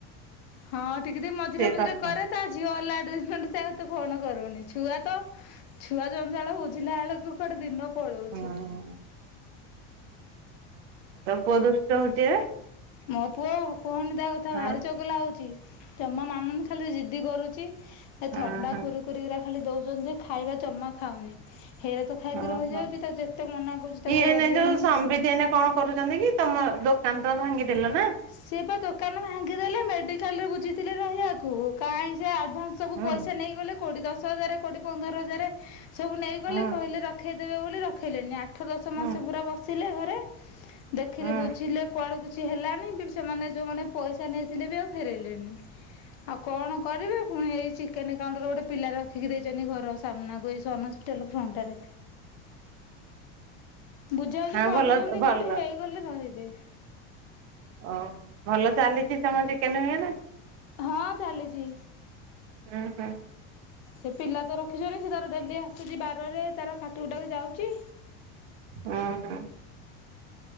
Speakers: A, on the left; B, on the right.
A: ହଁ ଟିକି ଦେଇ ମଝିରେ ମଝିରେ
B: କଥା
A: କରେ ତା ଝିଅ ହେଲା ଗୋଟେ ଦିନ ସେ ଏତେ ଆଉ ଫୋନ କରୁନି ଛୁଆ ତ ଛୁଆ ଜଞ୍ଜାଳ ବୁଝିଲା ବେଳକୁ କୁଆଡେ ଦିନ ପଳଉଛି।
B: ହଁ। ତୋ ପୁଅ ଦୁଷ୍ଟ ହଉଛି ଏବେ
A: ମୋ ପୁଅ କୁହନି ତା କଥା
B: ହଁ
A: ଭାରି ଚଗଲା ହଉଛି ଜମା ମାନୁନି ଖାଲି ଜିଦି କରୁଛି ସେ ଥଣ୍ଡା
B: ଓହୋ
A: କୁରୁକୁରିରା ଖାଲି ଦଉଛନ୍ତିଯେ ଖାଇବା ଜମା ଖାଉନି ହେଇରା ତ ଖାଇକି
B: ଓହୋ।
A: ରହିଯାଉଛି ତା ଯେତେ ମନା କରୁଛି ତାକୁ
B: ଇଏ ଏଇନେ
A: ଏଇରା ଦିଅନି।
B: ଯୋଉ ସମ୍ବିତ ଏଇନେ କଣ କରୁଛନ୍ତି କି ତମ ଦୋକାନ ତ ଭାଙ୍ଗିଦେଲ ନା?
A: ସିଏ ପା ଦୋକାନ ଭାଙ୍ଗିଦେଲେ ମେ ମେଡିକାଲ ରେ ବୁଝିଥିଲେ ରହିବାକୁ କାଇଁ ସେ ଆଡଭାନ୍ସ ସବୁ
B: ହୁଁ
A: ପଇସା ନେଇଗଲେ କୋଉଠି ଦଶ ହଜାରେ କୋଉଠି ପନ୍ଦର ହଜାର ସବୁ ନେଇଗଲେ
B: ହୁଁ
A: କହିଲେ ରଖେଇଦେବେ ବୋଲି ରଖେଇଲେନି ଆଠ ଆଠ ଦଶ
B: ହୁଁ
A: ମାସ ପୁରା ବସିଲେ ଘରେ ଦେଖିଲି
B: ହୁଁ
A: ବୁଝିଲେ କୁଆଡକୁ କିଛି ହେଲାଣି ସେମାନେ ଯୋଉମାନେ ପଇସା ନେଇଥିଲେ ବି ଆଉ ଫେରାଇଲେନି ଆଉ କଣ କରିବେ ପୁଣି ଏଇ ଚିକେନାଉଣ୍ଟର ଗୋଟେ ପିଲା ରଖିକି ଦେଇଛନ୍ତି ଘର ସାମ୍ନାକୁ ଏଇସନ ଟେଲିଫଟାରେ
B: <unintelligible>
A: ବୁଝାବୁଝି
B: ହଁ
A: କରୁଛନ୍ତି
B: ଭଲ ଭଲ।
A: କୋଉଠି ହେଇଗଲେ ରହିବେ।
B: ଓହୋ ଭଲ ଚାଲିଛି ତମ ଚିକେନ ଫିକେନ୍
A: ହଁ ଚାଲିଛି।
B: ଉଁ ହୁଁ
A: ସେ ପିଲା ତ ରଖିଛନ୍ତି ସେ ତାର ଡେଲି ଆସୁଛି ବାରରେ ତାର କାଟିକୁଟାକି ଯାଉଛି।
B: ଉଁ ହୁଁ